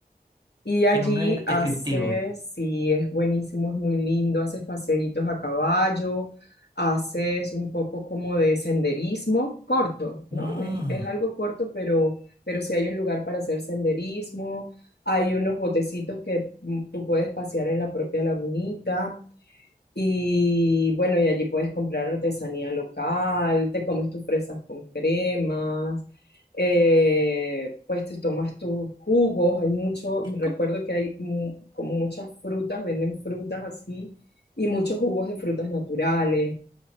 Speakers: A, on the left; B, on the right.
A: Y allí
B: Qué nombre descriptivo.
A: haces, sí, es buenísimo, es muy lindo, haces paseitos a caballo, haces un poco como de senderismo corto, ¿no?
B: Mm,
A: Es, es algo corto, pero, pero sí hay un lugar para hacer senderismo, hay unos botecitos que mm, tú puedes pasear en la propia lagunita. Y bueno, y allí puedes comprar artesanía local, te comes tus fresas con cremas, eh, pues te tomas tus jugos, hay mucho,
B: es
A: recuerdo
B: co-
A: que hay mu- como muchas frutas, venden frutas así, y muchos jugos de frutas naturales,